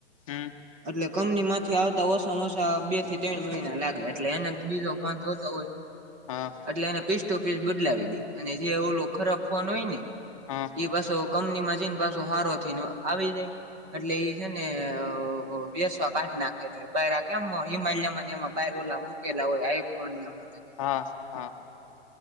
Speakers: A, on the left; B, on the right.
A: હમ
B: અટલે કંપની માંથી આવતા ઓસા માં ઓસા બે થી તૈણ મહિના લાગે. એટલે એને તો બીજો ફોન જોતો હોય. <inaudible>
A: હા.
B: એટલે એને પીસ ટૂ પીસ બદલાવી દે. અને જે ઓલો ખરાબ ફોન હોય ને
A: હા.
B: ઈ પાસો કંપનીમાં જઈન પાસો હારો થઈને આવી જાય. એટલે ઈ છે ને અહ વેસવા કાઢ નાખે. એટલે બાયરા કેમ હિમાલીયા માં ને એમાં બાહિર ઓલા મૂકેલા હોય, આઈફોનને એ હંધાય.
A: હા, હા.